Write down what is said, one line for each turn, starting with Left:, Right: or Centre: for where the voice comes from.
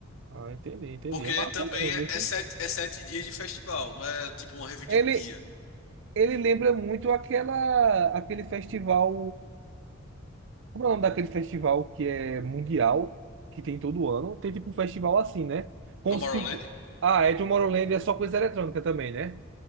Right: Ah, entendi, entendi.
Left: Porque
Right: É massa
Left: também
Right: mesmo, viu?
Left: é,
Right: sim?
Left: é sete, é sete dias de festival, não é tipo uma rave
Right: Ele,
Left: de um dia.
Right: ele lembra muito aquela, aquele festival. Como é o nome daquele festival que é mundial, que tem todo ano? Tem tipo um festival assim, né? Como
Left: Tomorrowland?
Right: se tipo. Ah, é Tomorrowland é só coisa eletrônica também, né?